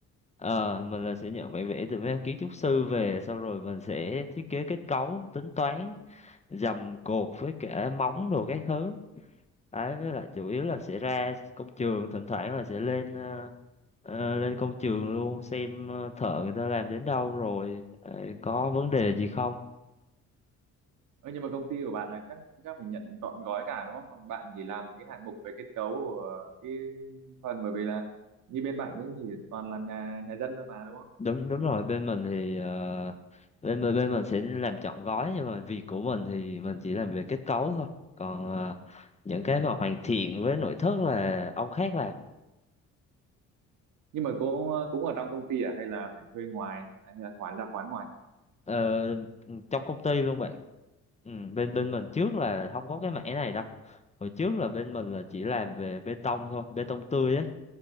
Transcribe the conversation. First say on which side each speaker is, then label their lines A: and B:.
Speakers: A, on the left (about 20°); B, on the right (about 80°).
A: Ờ, mình là sẽ nhận bản vẽ từ mấy ông kiến trúc sư về sau rồi mình sẽ thiết kế kết cấu tính toán dầm cột với cả móng đồ các thứ đấy với lại chủ yếu là sẽ ra công trường thỉnh thoảng là sẽ lên ờ, ờ, lên công trường luôn xem ờ, thợ người ta làm đến đâu rồi ờ, có vấn đề gì không
B: ừ, nhưng mà công ty của bạn là chắc chắc phải nhận trọn gói cả đúng không còn bạn chỉ làm cái hạng mục về kết cấu của cái phần bởi vì là như bên bạn cũng chỉ toàn làm nhà nhà dân thôi mà đúng không
A: đúng đúng rồi bên mình thì ờ, bên bên bên mình sẽ làm trọn gói nhưng mà việc của mình thì mình chỉ làm về kết cấu thôi còn ờ, những cái mà hoàn thiện với nội thất là ông khác làm
B: nhưng mà cũng cũng ở trong công ty à hay là phải thuê ngoài à, hay là khoán ra khoán ngoài
A: Ờ, trong công ty luôn bạn ừ, bên bên mình
B: Ừ.
A: trước là không có cái mảng này đâu hồi trước là bên mình là chỉ làm về bê tông thôi bê tông tươi ấy